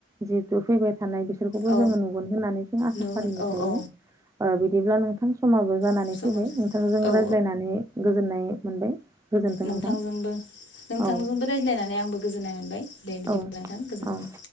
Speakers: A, on the right; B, on the left.
A: जितु फैबाय थानाय बि बिसोरखौबो
B: औ
A: जोङो नुगोन होननानै जों आसा
B: नुहुर
A: फारिनो
B: औ
A: थायो
B: औ
A: ओ बिदिब्ला नोंथां समाबो जानानै
B: समाव
A: फैबाय नोंथांजों
B: औ
A: रायज्लायनानै गोजोननाय मोनबाय गोजोन्थों
B: नोंथांजोंबो
A: नोंथां
B: नोंथांजोंबो
A: औ
B: रायज्लायनानै आंबो गोजोननाय मोनबाय दे बिदिब्ला
A: औ
B: नोंथां गोजोन्थों
A: औ